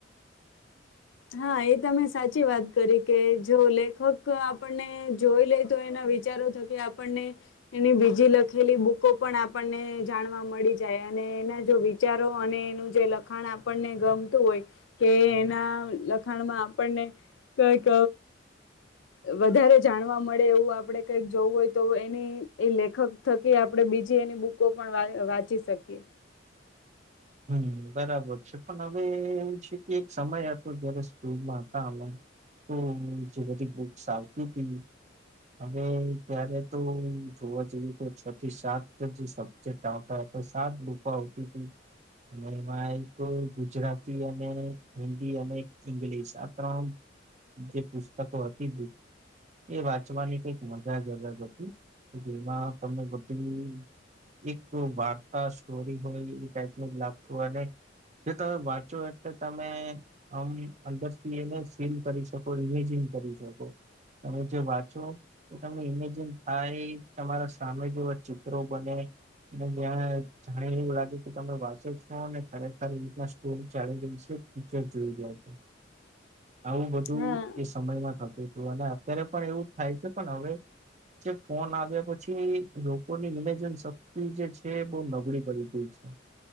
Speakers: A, on the left; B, on the right.
A: હા એ તમે સાચી વાત. તકે જો લેખક આપણને જોઈ લે તો એના વિચારો થકી આપણને એની બીજી લખેલી બુકો પણ આપણને જાણવા મળી જાય અને એના જો વિચારો અને એનું જે લખાણ આપણને ગમતું હોય કે એના લખાણમાં આપણને કઈક વધારે જાણવા મળે એવું આપણે કઈક જોવું હોય તો એની એ લેખક થકી આપણે બીજી એની બુકો પણ વાંચી શકીએ.
B: હમ બરાબર છે પણ હવે એું છે કે એક સમય હતો જય્યારે સ્કૂલમાં હતા અમે. તો જે બધી બુક્સ આવતી હતી હવે ત્યારે તો જોવા જેવી તો છ થી સાત જ સબ્જેક્ટ આવતા સાત બુકો આવતી હતી. અને એમાં એક ગુજરાતી અને હિન્દી અને ઈંગ્લિશ આ ત્રમ જે પુસ્તકો હતી એ વાંચવાની કઈક મજા જ અલગ હતી જેમાં તને બધું એક વાર્તા સ્ટોરી હોય લાગતું અને જો તમે વાંચો એટલે તમે આમ અંદરથી એને ફીલ કરી શકો ઇમેજિન કરી શકો તમે જે વાંચો તો તમને ઈમેજિન થાય તમારા સામે જેવા ચિત્રો બને ત્યાં જાણી એવું લાગે. તમે વાચો છો અને ખરેખરીતના સ્ટોરી ચાલેશે ફીચર જોઈ રહ્યા છો. આવું બધું
A: હા
B: એ સમયમાં થતું. અને અત્યારે પણ એવું જ થાય છે પણ હવે જે ફોન આવ્યા પછી લોકોની નિવેજન શક્તિ જે છે બહ નબળી પડી ગઈ છે.